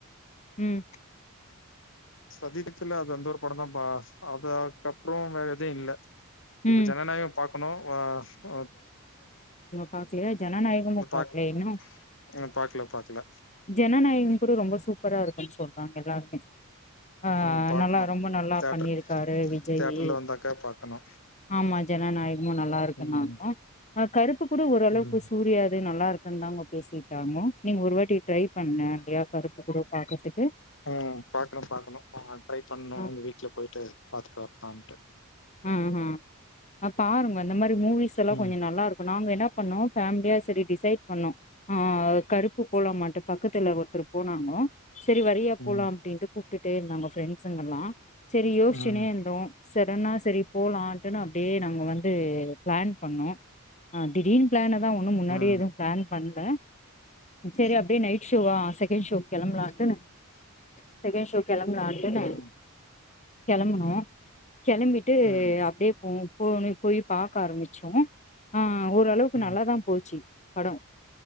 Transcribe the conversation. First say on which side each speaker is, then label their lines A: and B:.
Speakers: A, on the left (about 30°); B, on the left (about 55°).
A: ம்
B: சதித்தித்துல அது அந்த ஒரு படந்தா பா அதாக்கப்று வேற எச்சு இல்ல இப்ப
A: ம்
B: ஜனநாயகோ பாக்கணோ வா ஆ
A: பாக்லியா ஜனநாயகமு
B: பாக்
A: பாக்லே இன்னு
B: ம், பாக்கல பாக்கல
A: ஜனநாயகம் கூட ரொம்ப சூப்பரா இரு பொய் சொல்றாங்க எல்லாருமே ஆ
B: ம் பாக்கணு
A: நல்லா ரொம்ப நல்லா
B: தேட்டர்
A: பண்ணியிருக்காரு விஜயீ
B: தேட்டர்ல வந்தாக்கா பாக்கணு
A: ஆமா ஜனநாயகமு நல்லா இருக்கு
B: ம்
A: நாங்க ஆ கருப்பு கூட ஒரளவுக்கு
B: ம்
A: சூர்யாது நல்லா இ தந்தாங்கோ பேசிட்டாமோ நீங் ஒருவாட்டி ட்ரை பண்ணே எப்டியாத் கருப் அப்ப கூட பாக்கற்துக்
B: ஆ பாக்ணு பாக்கணு ஆ ட்ரை பண்ணோ
A: ஆ
B: அந்த வீட்ல போயிட்டு பாத்துட்டு வர்லாம்ட்டு
A: ம் ம் ஆ பாருங்கோ இந்த மாரி து மூவிஸ் எல்லா
B: ம்
A: கொஞ்சோ நல்லாருக் நாங்க என்னா பண்ணோ ஃபேமிலியா செரி டிசைட் பண்ணோ ஆ கருப்பு போலாமான்ட்டு பக்கத்துல ஒர்த்தரு போனாங்கோ செரி வரியா
B: ம்
A: போலா அப்டின்ட்டு கூப்ட்டுட்டே இந்தாங்கோ ஃப்ரெண்ட்ஸ்சுங்யெல்லா செரி யோசிச்சுன்னே
B: ம்
A: இந்தோ செடெனா செரி போலான்ட்டுனு அப்டே நாங்க வந்து பிளான் பண்ணோ ஆ திடீர்னு பிளான் த ஒண்ணு முன்னாடியே
B: ம்
A: எதும் பிளான் பண்ல செரி அப்டே நைட் ஷோவா செரி செகண்ட் ஷோக் கெளம்புலாட்டுனு செகண்ட் ஷோக் கெளம்புலாண்டுனு
B: ம்
A: கெளம்புனோ கெளம்பி டு
B: ம்
A: அப்டே போம் போ ன்னிக் போய் பாக்க ஆரம்பிச்சோம் ஆ ஓரளவுக்கு
B: ம்
A: நல்லாதா போச்சு படம்